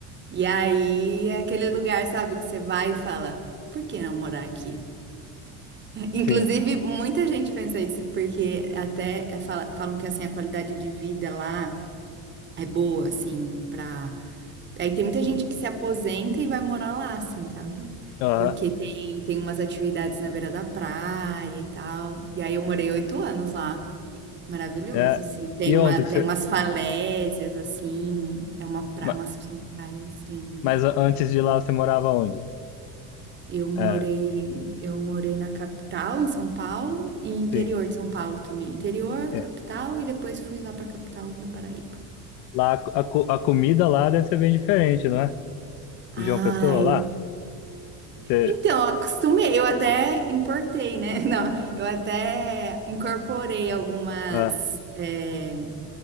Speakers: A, on the right (about 30°); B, on the left (about 85°).
A: E aí é aquele lugar, sabe, que você vai e fala, por que não morar aqui? <laughs>
B: sim.
A: Inclusive, muita gente pensa isso, porque até é, fala- falam que assim a qualidade de vida lá é boa, assim, para Aí tem muita gente que se aposenta e vai morar lá, assim, sabe?
B: Aham.
A: Porque tem, tem umas atividades na beira da praia e tal. E aí eu morei oito anos lá. Maravilhoso,
B: É.
A: assim. Tem
B: E
A: uma,
B: onde
A: tem
B: que você.
A: umas falésias, assim. É uma pra,
B: ma-
A: umas são praias lindas.
B: Mas a- antes de lá você morava onde?
A: Eu morei,
B: É,
A: eu morei na capital, em São Paulo, e interior
B: sim.
A: de São Paulo também. Interior,
B: É.
A: capital, e depois fui lá pra capital da Paraíba.
B: Lá a, co- a, co- a comida lá deve ser bem diferente, não é?
A: Ai,
B: De João Pessoa lá? Você.
A: Então, eu acostumei, eu até importei, né? <laughs> Não, eu até incorporei algumas
B: Ah,
A: é,